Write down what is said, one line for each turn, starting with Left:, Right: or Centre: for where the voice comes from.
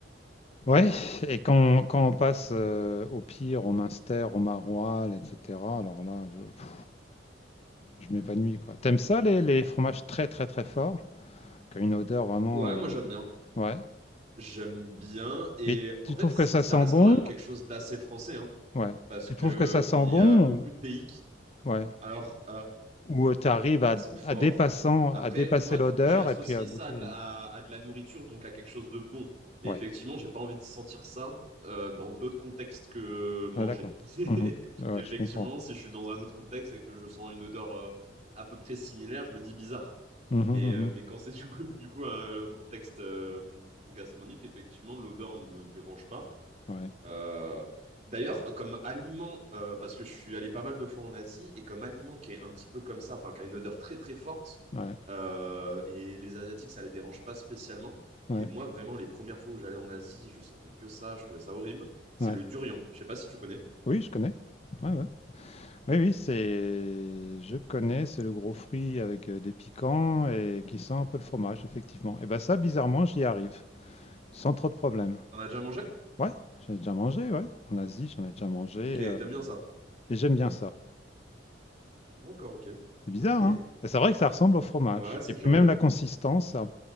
Left: ouais et quand quand on passe, heu, au Pire, au Munster, au Maroilles et cetera, alors là, je pff, je m'évanouis, quoi. T'aimes ça les les fromages très, très, très forts? Qui ont une odeur vraiment,
Right: Ouais, moi j'aime
Left: heu
Right: bien.
Left: ouais,
Right: J'aime bien. Et
Left: mais tu
Right: en fait,
Left: trouves
Right: c'est-
Left: que ça
Right: ça
Left: sent
Right: reste
Left: bon?
Right: quand même quelque chose d'assez français, hein,
Left: Ouais.
Right: parce
Left: Tu
Right: que
Left: trouves que ça sent
Right: il
Left: bon
Right: y a beaucoup
Left: ou
Right: de pays qui...
Left: ouais,
Right: Alors,
Left: ou, tu arrives
Right: Ça
Left: à
Right: sent fort.
Left: à dépassant
Right: Après,
Left: à dépasser
Right: moi,
Left: l'odeur
Right: du coup, j'ai associé
Left: et puis à goûter
Right: ça à de la, à de la nourriture, donc à quelque chose de bon. Mais
Left: ouais,
Right: effectivement, j'ai pas envie de sentir ça euh, dans d'autres contextes que manger.
Left: ah d'accord.
Right: <laughs>
Left: Mmh Ouais, ouais,
Right: Effectivement,
Left: je comprends.
Right: si je suis dans un autre contexte et que je sens une odeur euh, à peu près similaire, je me dis bizarre.
Left: Mmh
Right: Mais,
Left: mh, mmh
Right: euh, mais quand c'est du coup, <laughs> du coup un contexte euh, gastronomique, effectivement, l'odeur ne me dérange pas.
Left: Ouais,
Right: Euh, D'ailleurs, comme aliment, euh, parce que je suis allé pas mal de fois en Asie, et comme aliment qui est un petit peu comme ça, enfin, qui a une odeur très très forte,
Left: ouais,
Right: euh, et les Asiatiques, ça les dérange pas spécialement.
Left: ouais,
Right: Mais moi, vraiment, les premières fois où j'allais en Asie, je sentais que ça, je trouvais ça horrible. C'est
Left: ouais.
Right: le durian. Je sais pas si tu connais.
Left: Oui, je connais. Ouais, ouais. Oui, oui, c'est. Je connais, c'est le gros fruit avec euh, des piquants et qui sent un peu le fromage, effectivement. Et ben ça, bizarrement, j'y arrive, sans trop de problème.
Right: T'en as déjà mangé?
Left: Ouais, j'en ai déjà mangé, ouais. En Asie, j'en ai déjà mangé.
Right: Ok,
Left: euh,
Right: t'aimes bien ça.
Left: Et j'aime bien ça.
Right: D'accord, ok.
Left: C'est
Right: <laughs>
Left: bizarre, hein? Et C'est vrai que ça ressemble au fromage.
Right: Ouais, c'est
Left: Et
Right: curieux.
Left: puis même la consistance, ça,